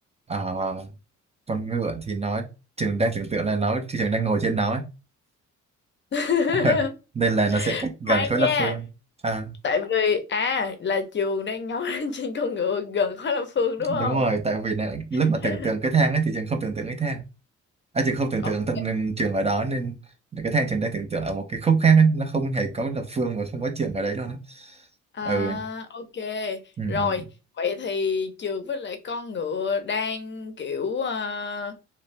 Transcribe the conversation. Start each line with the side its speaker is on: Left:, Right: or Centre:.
Right: Ờ, con ngựa thì nó trường đang tưởng tượng là nó trường đang ngồi trên nó ấy.
Left: <laughs>
Right: <laughs> nên là nó sẽ cách gần
Left: Khoan
Right: khối
Left: nha,
Right: lập phương à,
Left: tại vì à là trường đang nói <laughs> trên con ngựa gần khói Lâm Phương đúng không?
Right: đúng rồi tại vì này, lúc
Left: <laughs>
Right: mà tưởng tượng cái thang ấy thì trường không tưởng tượng cái thang à, trường không tưởng
Left: Ok,
Right: tượng tận nên trường ở đó nên cái thang trường đang tưởng tượng ở một cái khúc khác ấy. nó không hề có lập phương và không có trường ở đấy luôn á
Left: à,
Right: ừ.
Left: ok.
Right: Ừ,
Left: Rồi,
Right: ừ.
Left: vậy thì trường với lại con ngựa đang kiểu à,